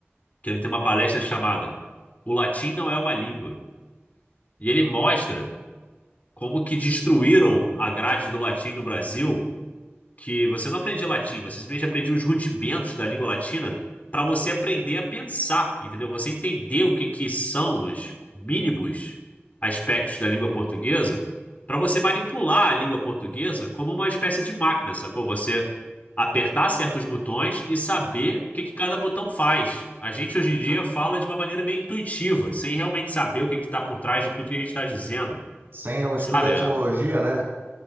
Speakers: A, on the left; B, on the right.
A: que ele tem uma palestra chamada O Latim Não É Uma Língua. E ele mostra como que destruíram a grade do latim no Brasil que você não aprendia latim, você simplesmente aprendia os rudimentos da língua latina para você aprender a pensar, entendeu? Você entender o que que são os mínimos aspectos da língua portuguesa para você manipular a língua portuguesa como uma espécie de máquina, sacou? Você apertar certos botões e saber o que que cada botão faz. A gente hoje em dia fala de uma maneira meio intuitiva, sem realmente saber o que que está por trás de tudo que a gente está dizendo.
B: Sem o
A: Sabe?
B: estudo da etimologia, né?